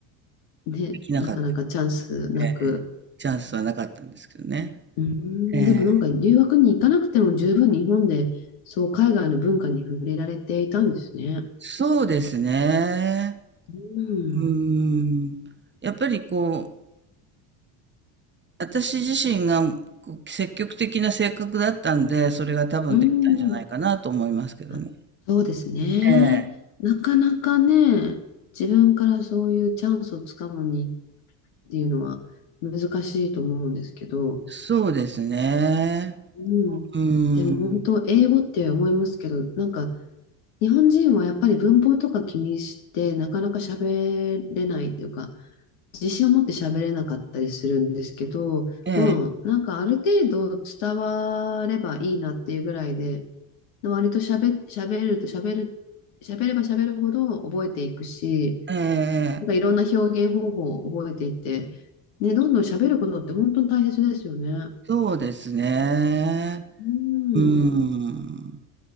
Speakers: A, on the left; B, on the right.
A: ね、
B: できなかった。
A: なかなかチャンスなく。
B: ええ。チャンスはなかったんですけどね。
A: うーん、
B: ええ。
A: でもなんか留学に行かなくても十分日本で、そう海外の文化に触れられていたんですね。
B: そうですね。
A: うん、
B: うーん。やっぱりこう、私自身がこう積極的な性格だったんで、それが多分できたんじゃないかなと思いますけどね。
A: うん、あそうですね。
B: ええ。
A: なかなかね、自分からそういうチャンスをつかむにっていうのは難しいと思うんですけど、
B: そうですね。
A: うん、
B: うーん。
A: でも本当、英語って思いますけど、なんか、日本人はやっぱり文法とか気にして、なかなか喋れないというか、自信を持って喋れなかったりするんですけど、
B: ええ、
A: もうなんかある程度伝わればいいなっていうぐらいで、割と喋、喋ると喋る、喋れば喋るほど覚えていくし、
B: ええ、
A: なんかいろんな表現方法を覚えていって、ね、どんどん喋ることって本当に大切ですよね。
B: そうですね。
A: うん。
B: うーん。